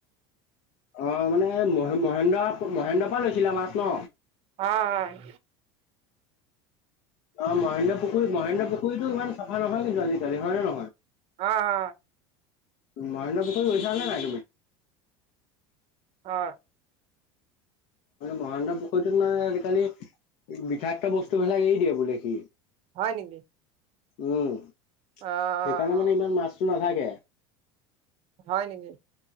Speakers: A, on the left (about 60°); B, on the right (about 50°).
A: অ মানে মহ মহেন্দ্ৰ মহেন্দ্ৰৰ পৰা লৈছিলে মাছ ন।
B: অ হয়।
A: অ মহেন্দ্ৰ পুখুৰী, মহেন্দ্ৰ পুখুৰীতো ইমান চাফা নহয় কিন্তু আজিকালি হয় নে নহয়?
B: হ হা।
A: মহেন্দ্ৰ পুখুৰী গৈছা নাই তুমি?
B: অ।
A: মহেন্দ্ৰ পুখুৰীটোত মানে আজিকালি বিষাক্ত বস্তুবিলাক এৰি দিয়ে বোলে সি।
B: হয় নেকি
A: উম সেইকাৰণে
B: অ',
A: মানে ইমান মাছটো থাকে।
B: হয় নেকি?